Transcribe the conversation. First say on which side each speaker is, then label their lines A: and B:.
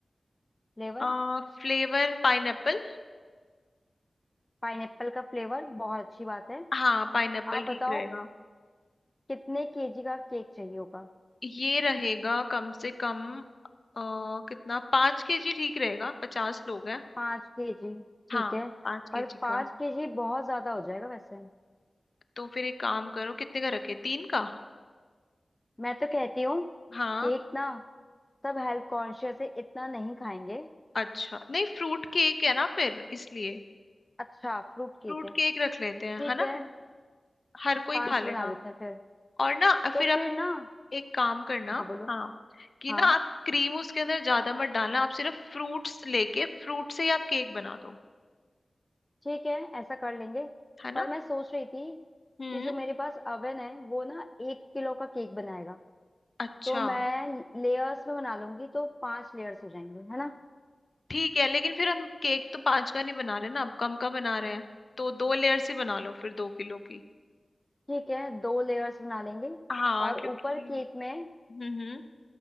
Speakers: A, on the left (about 15°); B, on the left (about 50°).
A: फ्लेवर
B: आ, Flavour pineapple
A: पाइनएप्पल का फ्लेवर बहुत अच्छी बात है
B: हाँ पाइनएप्पल
A: आप
B: ठीक
A: बताओ
B: रहेगा
A: कितने केजी का केक चाहिए होगा
B: ये रहेगा कम से कम अ, कितना पाँच केजी ठीक रहेगा पचास लोग हैं
A: पाँच केजी ठीक
B: हाँ
A: है
B: पाँच केजी
A: पर पाँच
B: का
A: केजी बहुत ज्यादा हो जाएगा वैसे
B: तो फिर एक काम करो कितने का रखे तीन का
A: मैं तो कहती हूँ
B: हाँ
A: केक ना सब हेल्थ कॉन्शियस है इतना नहीं खाएंगे
B: अच्छा नहीं फ्रूट केक है ना फिर इसलिए
A: अच्छा फ्रूट केक
B: फ्रूट
A: है
B: केक रख लेते
A: ठीक
B: हैं है
A: है
B: ना हर कोई
A: पांच
B: खा लेगा
A: बना लेते हैं फिर
B: और ना
A: तो
B: फिर आप
A: फिर ना
B: एक काम करना
A: हाँ बोलो
B: हाँ कि
A: हाँ
B: ना आप क्रीम उसके अंदर ज्यादा मत डालना आप सिर्फ फ्रूट्स लेके फ्रूट से ही आप केक बना दो
A: ठीक है ऐसा कर लेंगे
B: है
A: पर
B: ना
A: मैं सोच रही थी
B: हम्म
A: कि जो मेरे पास अवन है वो ना एक किलो का केक बनाएगा
B: अच्छा
A: तो मैं लेयर्स में बना लूंगी तो पांच लेयर्स हो जाएंगे है ना
B: ठीक है लेकिन फिर हम केक तो पांच का नहीं बना रहे ना अब कम का बना रहे हैं तो दो लेयर्स ही बना लो फिर दो किलो की
A: ठीक है दो लेयर्स बना लेंगे
B: हाँ
A: और
B: क्योंकि
A: ऊपर केक में
B: हम्म हम्म